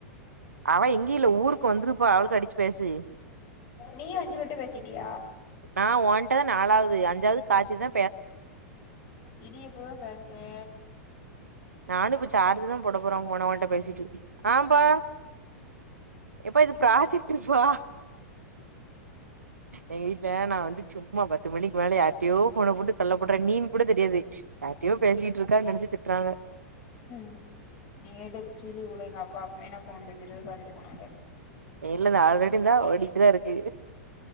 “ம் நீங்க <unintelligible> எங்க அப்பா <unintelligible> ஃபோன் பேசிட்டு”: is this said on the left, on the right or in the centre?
Left